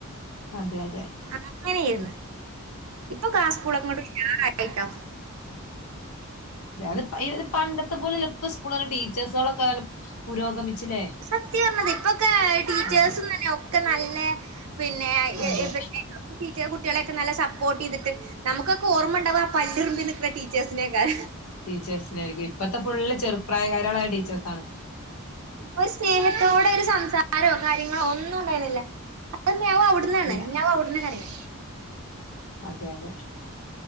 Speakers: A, on the left; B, on the right.
A: അതെ അതെ
B: ആഹ് അങ്ങനെയായിരുന്ന് ഇപ്പോക്കെ ആഹ് സ്കൂള് അങ്ങോട്ട് ഉഷാറായിട്ടോ
A: അതെ അത് ഈ പണ്ടത്തെ പോലെയല്ല ഇപ്പ സ്കൂളുകളെ ടീച്ചേഴ്സുകളൊക്കെ പുരോഗമിച്ചില്ലേ
B: സത്യാ പറഞ്ഞത് ഇപ്പൊക്കെ ടീച്ചേഴ്സും
A: ആ
B: തന്നെ ഒക്കെ നല്ല പിന്നെ
A: അതെ
B: എഫക്ട്ടിവ് ടീച്ചർ കുട്ടികളെയൊക്കെ നല്ല സപ്പോർട്ട് ചെയ്തിട്ട് നമുക്കൊക്കെ ഓർമ്മ ഇണ്ടാവ്വാ ആ പല്ലിറുമ്പി നിൽക്കുന്ന ടീച്ചേഴസിനെയൊക്കാെ
A: ടീച്ചേഴ്സിനായിരിക്കും ഇപ്പഴത്തെ ഫുള്ള് ചെറുപ്രായകാരികളായ ടീച്ചേഴ്സാണ്
B: ഒരു സ്നേഹത്തോടെ ഒരു സംസാരോ കാര്യങ്ങളോ ഒന്നും ഉണ്ടായിരുന്നില്ല അത് <unintelligible> അവിടെ ന്നാണ്
A: ഇല്ല
B: <unintelligible>
A: അതെ അതെ